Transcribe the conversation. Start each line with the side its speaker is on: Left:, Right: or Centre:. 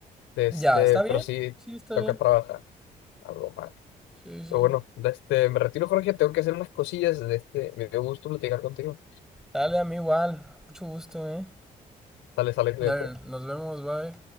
Left: de Este,
Centre: Ya, ¿está
Left: pero
Centre: bien?
Left: sí,
Centre: Sí, está
Left: toca
Centre: bien.
Left: trabajar algo más.
Centre: Sí, sí.
Left: Pero bueno, de este, me retiro, Jorge, tengo que hacer unas cosillas. de Este, me dio gusto platicar contigo.
Centre: Dale, a mí igual. Mucho gusto, ¿eh?
Left: Sale, sale, cuídate.
Centre: Dale, nos vemos, bye.